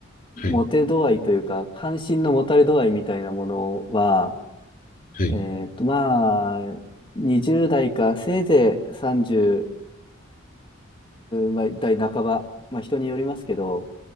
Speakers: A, on the left; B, on the left.
A: はい。
B: モテ度合いというか、関心の持たれ度合いみたいなものは、
A: はい。
B: えーっと、まあ、20代か、せいぜい30まあ代半ば、まあ人によりますけど、